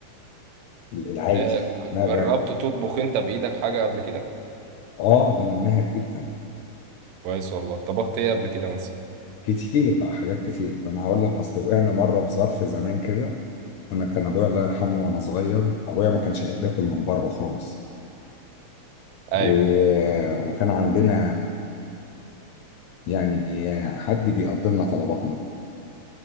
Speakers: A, on the left; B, on the right.
A: العادي
B: آه، ج-
A: ما
B: جربت
A: بقى
B: تطبخ انت بايدك حاجه قبل كده
A: اه ده انا ماهر جدا
B: كويس والله طبخت ايه قبل كده مثلا
A: كتير بقى حاجات كتير انا هقول لك اصل وقعنا مره في ظرف زمان كده انا كان ابويا الله يرحمه وانا صغير ابويا ما كانش يحب ياكل من بره خالص
B: ايوه
A: و... وكان عندنا يعني حد بيقضي لنا طلباتنا